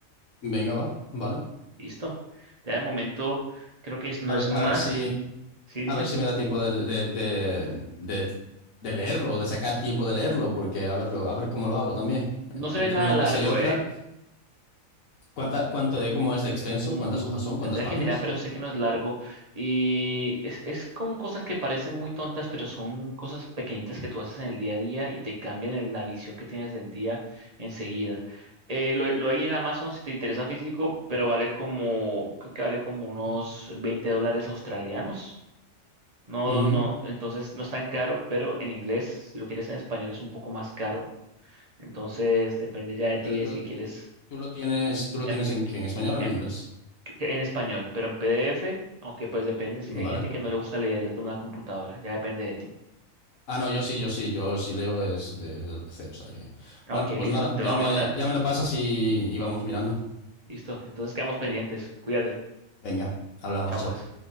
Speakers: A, on the left; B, on the right.
A: Venga, va, vale.
B: Listo. Ya de momento creo que es- no
A: A
B: es
A: ver,
B: más.
A: a ver si,
B: Sí, dime.
A: a ver si me da tiempo de, de, de, de, de leerlo, de sacar tiempo de leerlo, porque a verlo, a ver cómo lo hago también.
B: No
A: Eh,
B: se
A: Entre
B: ve nada
A: una
B: largo,
A: cosa y otra.
B: ¿eh?
A: ¿Cuánta, cuánto de cómo es de extenso?
B: Mm,
A: ¿Cuántas hojas son?
B: tendría
A: ¿Cuántas páginas?
B: que mirar, pero sé que no es largo. Y es, es con cosas que parecen muy tontas, pero son cosas pequeñitas que tú haces en el día a día y te cambian el- la visión que tienes del día enseguida. Eh, lo, lo hay en Amazon si te interesa físico, pero vale como, creo que vale como unos
A: Ujú,
B: 20 dólares australianos. No,
A: ujú.
B: no, entonces no es tan caro, pero en inglés, si lo quieres en español, es un poco más caro. Entonces depende ya de ti
A: Pero tú
B: de si
A: lo,
B: quieres
A: tú lo tienes, tú lo
B: empe-
A: tienes en, qué, en español o
B: em-
A: en inglés.
B: en español, pero en PDF, aunque pues depende, si
A: Vale.
B: hay gente que no le gusta leer en una computadora, ya depende de ti.
A: Ah, no, yo sí, yo sí, yo sí leo es de- desde el PC, o sea que.
B: Ok,
A: Bueno, pues
B: listo,
A: nada,
B: te
A: ya
B: lo voy
A: me,
B: a mandar.
A: ya me lo pasas y, y vamos mirando.
B: Listo, entonces quedamos pendientes. Cuídate.
A: Venga, hablamos,
B: Chao
A: chao.
B: pues.